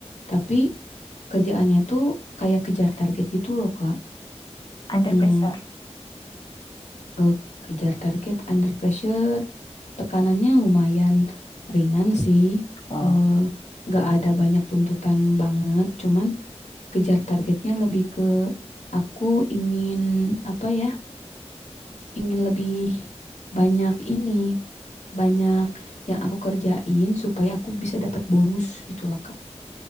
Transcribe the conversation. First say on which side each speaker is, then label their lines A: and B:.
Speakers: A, on the left; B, on the left.
A: tapi kerjaannya tuh kayak kejar target gitu loh, Kak.
B: under
A: Hmm,
B: pressure.
A: eh, kejar target under pressure, tekanannya lumayan ringan sih.
B: Oh,
A: Eh, nggak ada banyak tuntutan banget, cuman kejar targetnya lebih ke aku ingin apa ya, ingin lebih banyak ini, banyak yang aku kerjain supaya aku bisa dapat bonus gitu lah Kak